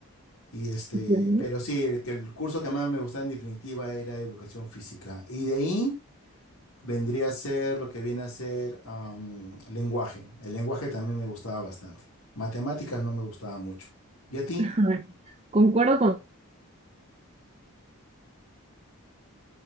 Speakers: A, on the left; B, on the right.
A: Y este,
B: Bueno,
A: pero sí, el, que el curso que más me gustaba en definitiva era educación física. Y de ahí vendría a ser lo que viene a ser am, lenguaje. El lenguaje también me gustaba bastante. Matemáticas no me gustaba mucho. ¿Y a ti?
B: a ver, Concuerdo con...